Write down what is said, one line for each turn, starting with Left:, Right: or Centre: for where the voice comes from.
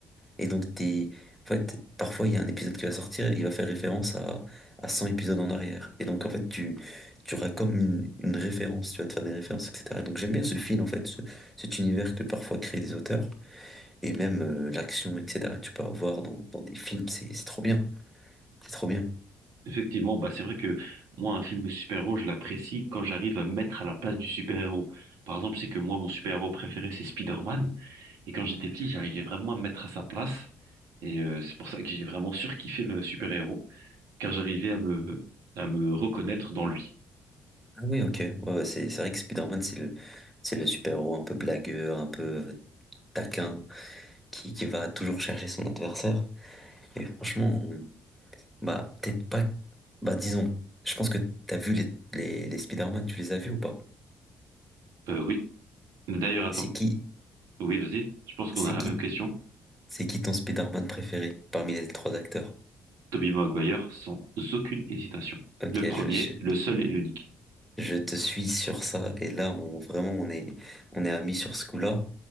Centre: Et donc, t'es. En fait, parfois, il y a un épisode qui va sortir, il va faire référence à, à 100 épisodes en arrière. Et donc, en fait, tu, tu auras comme une, une référence, tu vas te faire des références, etc. Donc, j'aime bien ce fil, en fait, ce- cet univers que parfois créent des auteurs, et même euh, l'action, etc., que tu peux avoir dans, dans des films, c'est c'est trop bien. C'est trop bien.
Right: Effectivement, bah c'est vrai que moi, un film de super-héros, je l'apprécie quand j'arrive à me mettre à la place du super-héros. Par exemple, je sais que moi, mon super-héros préféré, c'est Spider-Man. Et quand j'étais petit, j'arrivais vraiment à me mettre à sa place. Et euh, c'est pour ça que j'ai vraiment surkiffé le super-héros, car j'arrivais à me, à me reconnaître dans lui.
Centre: Ah oui, ok. Ouais, ouais, c'est c'est vrai que Spider-Man, c'est le, c'est le super-héros un peu blagueur, un peu euh, taquin, qui, qui va toujours chercher son adversaire. Et franchement, bah, peut-être pas. Bah, disons, je pense que t'as vu les, les, les Spider-Man, tu les as vus ou pas?
Right: Euh, oui. D'ailleurs, attends.
Centre: C'est qui,
Right: Oui, vas-y. Je pense qu'on
Centre: c'est
Right: a la
Centre: qui,
Right: même question.
Centre: c'est qui ton Spider-Man préféré parmi les trois acteurs?
Right: Tobey Maguire, sans aucune hésitation.
Centre: Ok,
Right: Le premier,
Centre: je suis,
Right: le seul et l'unique.
Centre: je te suis sur ça. Et là, on, vraiment, on est, on est amis sur ce coup-là.